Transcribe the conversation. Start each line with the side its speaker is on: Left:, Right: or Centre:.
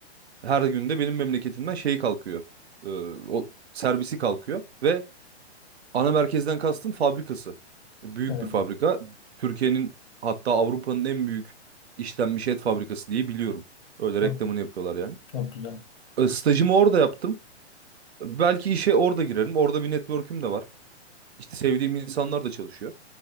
Right: Her gün de benim memleketimden şey kalkıyor. Ee, o servisi kalkıyor ve ana merkezden kastım fabrikası. Büyük
Left: Evet.
Right: bir fabrika. Türkiye'nin hatta Avrupa'nın en büyük işlenmiş et fabrikası diye biliyorum. Öyle
Left: Çok,
Right: reklamını yapıyorlar yani.
Left: çok güzel.
Right: Ee, stajımı orada yaptım. Belki işe orada girerim. Orada bir network'üm de var. İşte sevdiğim insanlar da çalışıyor.